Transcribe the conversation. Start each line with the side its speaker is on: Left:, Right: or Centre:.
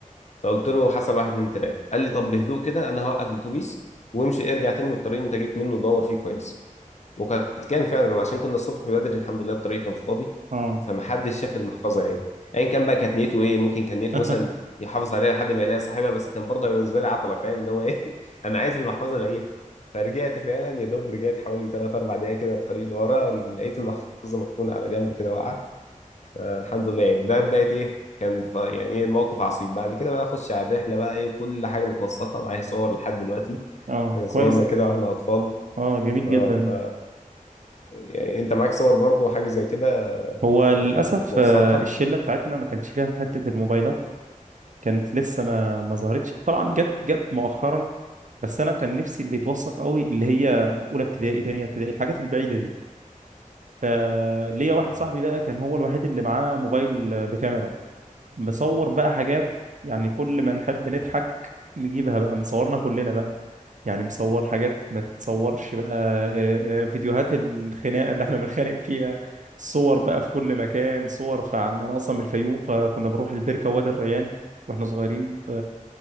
Left: فقلت له حصل واحد اتنين تلاته قال لي طب بهدوء كده انا هوقف الاتوبيس وامشي ارجع تاني من الطريق اللي انت جيت منه دور فيه كويس وكانت كان فعلا عشان كنا الصبح بدري الحمد لله الطريق كان فاضي
Right: اه
Left: فمحدش شاف المحفظه يعني ايا كان بقى كانت نيته ايه ممكن كان نيته
Right: <laughs>
Left: مثلا يحافظ عليها لحد ما يلاقي صاحبها بس كان برضه بالنسبه لي عطله فاهم اللي هو ايه <laughs> انا عايز المحفظه الاقيها فرجعت فعلا يا دوب رجعت حوالي 3 4 دقايق كده الطريق لورا لقيت المحفظه مركونه على جنب كده واقعه فالحمد لله يعني ده بداية ايه كان ف- يعني ايه الموقف عصيب بعد كده بقى اخش على الرحلة بقى ايه كل حاجة متوثقة معايا صور لحد دلوقتي
Right: اه
Left: آه، صورنا
Right: كويس
Left: كده واحنا اطفال
Right: اه جميل
Left: اه
Right: جدا
Left: ف يعني انت معاك صور برضو وحاجة زي كده
Right: هو
Left: آه،
Right: للأسف
Left: موثقها
Right: آه، الشلة بتاعتنا ما كانتش فيها حتة الموبايلات كانت لسه ما ما ظهرتش طبعا جت جت مؤخرا بس أنا كان نفسي اللي يتوثق قوي اللي هي أولى ابتدائي تانية ابتدائي الحاجات البعيدة دي فليا
Left: اه
Right: واحد صاحبي بقى كان هو الوحيد اللي معاه موبايل بكاميرا مصور بقى حاجات يعني كل ما نحب نضحك نجيبها بقى مصورنا كلنا بقى يعني مصور حاجات ما تتصورش بقى آه، آه، فيديوهات الخناقة اللي احنا بنتخانق فيها صور بقى في كل مكان صور فعن انا اصلا من الفيوم فكنا بنروح البركة وادي الريان واحنا صغيرين ف